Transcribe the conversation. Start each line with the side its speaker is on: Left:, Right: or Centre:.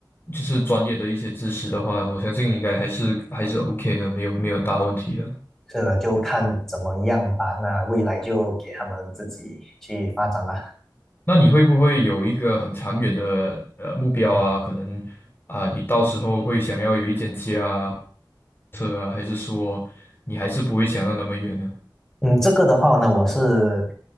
Left: 就是专业的一些知识的话，我相信应该还是还是 OK 的，没有没有大问题的。
Centre: 是的，就看怎么样吧。那未来就给他们自己去发展啦。
Left: 那你会不会有一个很长远的呃目标啊？可能啊，你到时候会想要有一间家啊、车啊，还是说你还是不会想到那么远呢？
Centre: 嗯，这个的话呢，我是，